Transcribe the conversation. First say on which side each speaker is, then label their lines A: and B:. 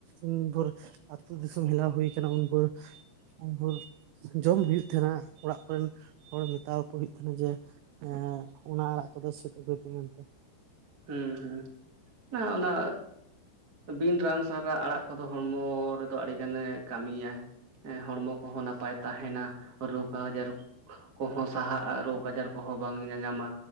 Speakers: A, on the right (about 90°); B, on the right (about 70°).
A: ᱩᱱ ᱵᱷᱳᱨ ᱟᱛᱩ ᱫᱤᱥᱚᱢ ᱦᱮᱞᱟᱣ ᱦᱩᱭ ᱠᱟᱱᱟ ᱩᱱ ᱵᱷᱳᱨ ᱩᱱ ᱵᱷᱳᱨ ᱡᱚᱢ ᱦᱩᱭᱩᱜ ᱛᱟᱦᱮᱱᱟ ᱚᱲᱟᱜ ᱠᱚᱨᱮᱱ ᱦᱚᱲ ᱢᱮᱛᱟ ᱣᱟᱠᱩ ᱦᱩᱭᱩᱜ ᱛᱟᱦᱮᱱᱟ ᱡᱮ ᱦᱮ ᱦᱮ ᱚᱱᱟ ᱟᱲᱟᱜ ᱠᱚᱫᱚ ᱥᱤᱫᱽ ᱟᱹᱜᱩᱭ ᱯᱮ ᱢᱮᱱᱛᱮ
B: ᱦᱩᱸ ᱦᱩᱸ ᱱᱟ ᱚᱱᱟ ᱵᱤᱱ ᱨᱟᱱ ᱥᱟᱨᱟ ᱟᱲᱟᱜ ᱠᱚᱫᱚ ᱦᱚᱲᱢᱚ ᱨᱮᱫᱚ ᱟᱹᱰᱤ ᱜᱟᱱᱮ ᱠᱟᱢᱤᱭᱟ ᱮᱸᱦᱚᱲᱢᱚ ᱠᱚᱦᱚᱸ ᱱᱟᱯᱟᱭ ᱛᱟᱦᱮᱱᱟ ᱨᱳᱜᱽ ᱟᱣᱡᱟᱨ ᱠᱚᱦᱚᱸ ᱥᱟᱦᱟᱜᱼᱟ ᱨᱳᱜᱽ ᱟᱡᱟᱨ ᱠᱚᱦᱚᱸ ᱵᱟᱝ ᱧᱟᱧᱟᱢᱟ